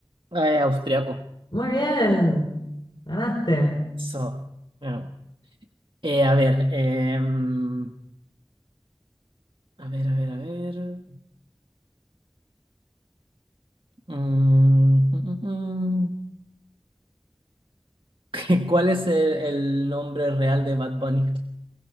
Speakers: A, on the right; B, on the left.
A: Ah, es austriaco.
B: Muy bien, ganaste.
A: Eso. ya. Eh, a ver, em, a ver, a ver, a ver. Mm, mm, mm, mm. <laughs> ¿Cuál es el, el nombre real de Bad Bunny? <laughs>